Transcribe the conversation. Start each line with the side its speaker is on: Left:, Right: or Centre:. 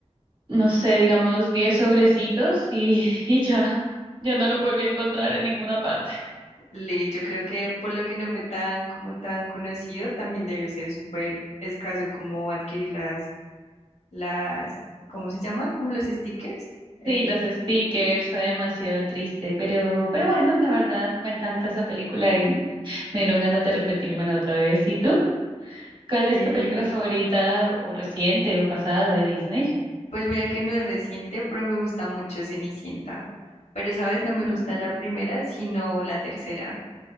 Right: no sé, digamos, 10 sobrecitos y, <laughs> y ya, ya no lo volví a encontrar en ninguna parte.
Left: Le, yo creo que por lo que no fue tan como tan conocido, también debió ser súper escaso como adquirir las las, ¿cómo se llaman? Como los stickers. Eh,
Right: Sí, los stickers, fue demasiado triste, pero, pero bueno, la verdad me encanta esa película y me dieron ganas de repetírmela otra vez. ¿Y tú? ¿Cuál es
Left: eh,
Right: tu película favorita o reciente o pasada de Disney?
Left: pues mira que no es reciente, pero me gusta mucho Cenicienta. Pero, ¿sabes? No me gusta
Right: Ah.
Left: la primera, sino la tercera.